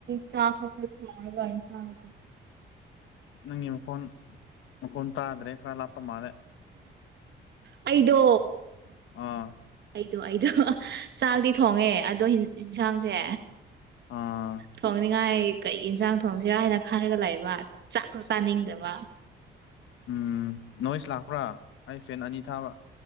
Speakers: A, on the right; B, on the left.
A: ꯆꯥ ꯈꯄ ꯊꯣꯡꯡꯂꯒ ꯆꯥꯒ
B: ꯅꯪꯒꯤ ꯃꯈꯣꯟ ꯃꯈꯣꯟ ꯇꯥꯗ꯭ꯔꯦ ꯈꯔ ꯂꯥꯞꯄ ꯃꯥꯜꯂꯦ
A: ꯑꯩꯗꯣ
B: ꯑꯥ
A: ꯑꯩꯗꯣ ꯑꯩꯗꯣ ꯆꯥꯛꯗꯤ ꯊꯣꯡꯉꯦ ꯑꯗꯣ ꯌꯦꯟꯁꯥꯡꯁꯦ
B: ꯑꯥ
A: ꯊꯣꯡꯅꯤꯡꯉꯥꯏ ꯀꯩ ꯌꯦꯟꯁꯥꯡ ꯊꯣꯡꯁꯤꯔꯥ ꯍꯥꯏꯅ ꯈꯔꯒ ꯂꯩꯕ ꯆꯥꯛꯁꯨ ꯆꯥꯅꯤꯡꯗꯕ
B: ꯎꯝ ꯅꯣꯏꯁ ꯂꯥꯛꯄ꯭ꯔꯥ ꯑꯩ ꯐꯦꯟ ꯑꯅꯤ ꯊꯥꯕ